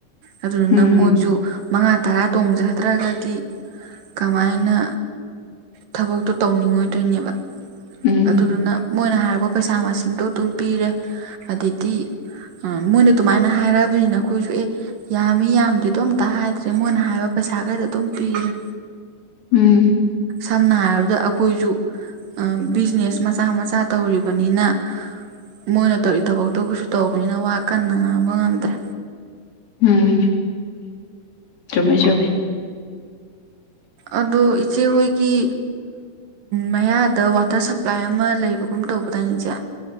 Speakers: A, on the right; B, on the left.
A: ꯑꯗꯨꯗꯨꯅ
B: ꯎꯝ
A: ꯃꯣꯏꯁꯨ ꯃꯉꯥ ꯇꯔꯥ ꯇꯣꯡꯖꯗ꯭ꯔꯒ ꯗꯤ ꯀꯃꯥꯏꯅ ꯊꯕꯛꯇꯣ ꯇꯧꯅꯤꯡꯉꯣꯏꯗꯣꯏꯅꯦꯕ
B: ꯎꯝ
A: ꯑꯗꯨꯗꯨꯅ ꯃꯣꯏꯅ ꯍꯥꯏꯔꯛꯄ ꯄꯩꯁꯥ ꯃꯁꯤꯡꯗꯣ ꯑꯗꯨꯝ ꯄꯤꯔꯦ ꯑꯗꯩꯗꯤ ꯑ ꯃꯣꯏꯅ ꯑꯗꯨꯃꯥꯏꯅ ꯍꯥꯏꯔꯛꯑꯕꯅꯤꯅ ꯑꯩꯈꯣꯏꯁꯨ ꯑꯦ ꯌꯥꯝꯃꯤ ꯌꯥꯝꯗꯦꯗꯣ ꯑꯝꯇ ꯍꯥꯏꯗ꯭ꯔꯦ ꯃꯣꯏꯅ ꯍꯥꯏꯕ ꯄꯩꯁꯥꯈꯩꯗꯣ ꯑꯗꯨꯝ ꯄꯤꯔꯦ
B: ꯎꯝ
A: ꯁꯝꯅ ꯍꯥꯏꯔꯕꯗ ꯑꯩꯈꯣꯏꯁꯨ ꯑ ꯕꯤꯖꯤꯅꯦꯁ ꯃꯆꯥ ꯃꯆꯥ ꯇꯧꯔꯤꯕꯅꯤꯅ ꯃꯣꯏꯅ ꯇꯧꯔꯤ ꯊꯕꯛꯇꯣ ꯈꯣꯏꯁꯨ ꯇꯧꯔꯤꯕꯅꯤꯅ ꯋꯥ ꯀꯟꯅ ꯉꯥꯡꯕ ꯉꯝꯗ꯭ꯔꯦ
B: ꯎꯝ ꯆꯨꯝꯃꯦ ꯆꯨꯝꯃꯦ
A: ꯑꯗꯨ ꯏꯆꯦꯍꯣꯏꯒꯤ ꯃꯌꯥꯗ ꯋꯥꯇꯔ ꯁꯄ꯭ꯂꯥꯏ ꯑꯃ ꯂꯩꯕꯒꯨꯝ ꯇꯧꯕꯗꯥꯏ ꯏꯆꯦ